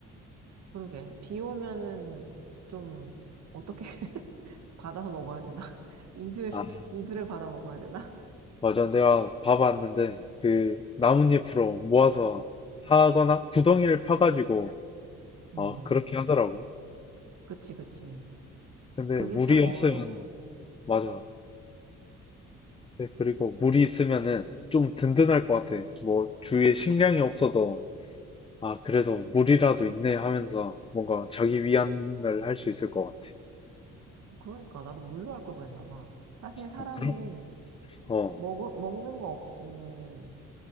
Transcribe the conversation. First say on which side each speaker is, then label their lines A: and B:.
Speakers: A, on the right; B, on the left.
A: <laughs> 그러게. 비 오면은 좀 어떻게 <laughs> 받아서 먹어야 되나? <laughs> 인수를,
B: 아,
A: 인수를 받아 먹어야 되나?
B: 맞아. 내가 봐봤는데 그 나뭇잎으로 모아서 하거나 구덩이를 파가지고 어,
A: 음.
B: 그렇게 하더라고.
A: 그치, 그치.
B: 근데
A: 그게
B: 물이
A: 참 어렵고.
B: 없으면 맞아. 네, 그리고 물이 있으면은 좀 든든할 것 같아. 뭐 주위에 식량이 없어도 아, 그래도 물이라도 있네 하면서 뭔가 자기 위안을 할 수 있을 것 같아.
A: 그러니까 나도 물로 할 걸 그랬나 봐. 사실 사람이
B: 어, 그럼 어,
A: 먹, 먹는 거 없이는,